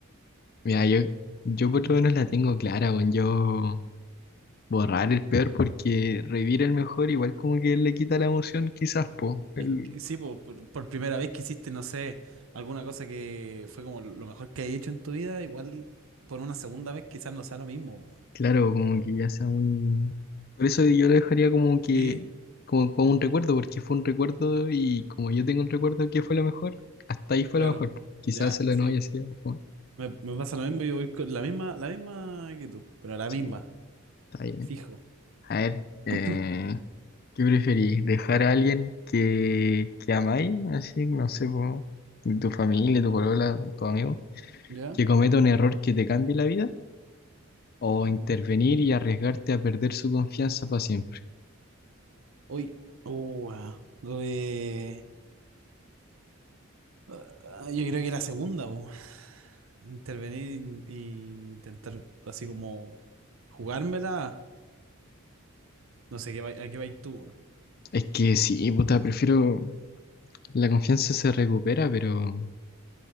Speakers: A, on the left (about 45°); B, on the right (about 70°).
A: Mira, yo, yo por lo menos la tengo clara, weón. Yo Borrar el peor porque revivir el mejor igual como que le quita la emoción quizás, po. El-
B: Es que sí, po, por, por primera vez que hiciste, no sé, alguna cosa que fue como lo mejor que has hecho en tu vida, igual por una segunda vez quizás no sea lo mismo, weón.
A: claro, como que ya sea muy... Por eso yo lo dejaría como que,
B: Sí,
A: como, como un recuerdo, porque fue un recuerdo y como yo tengo un recuerdo que fue lo mejor, hasta ahí fue
B: claro.
A: lo mejor. Quizás
B: Ya,
A: se lo
B: sí.
A: no haya sido. fue-
B: Me, me pasa lo mismo, yo voy con la misma, la misma que tú, pero la
A: Sí,
B: misma,
A: está bien.
B: fijo.
A: A ver, eh,
B: <clears throat>
A: ¿qué preferís? ¿Dejar a alguien que, que amáis? Así, no sé, po, tu familia, tu polola, tu amigo,
B: ¿Ya?
A: que cometa un error que te cambie la vida O
B: Mm,
A: intervenir
B: ¿Ya?
A: y arriesgarte a perder su confianza para siempre.
B: Hoy, oh, weón. Ah, yo creo que la segunda, po. Intervenir y intentar así como jugármela. No sé, ¿qué vai- ¿a qué vais tú? weón?
A: Es que sí, puta, prefiero. La confianza se recupera, pero